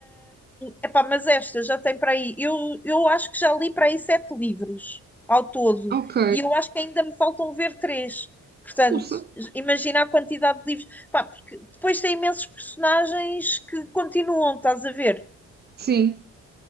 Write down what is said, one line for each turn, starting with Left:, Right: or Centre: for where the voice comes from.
Centre: Epá, mas esta já tem para aí. Eu, eu acho que já li para aí sete livros ao todo.
Right: ok.
Centre: E eu acho que ainda me faltam ver três. Portanto,
Right: Pulsa.
Centre: imagina a quantidade de livros. Pá, porque depois tem imensos personagens que continuam, estás a ver?
Right: Sim.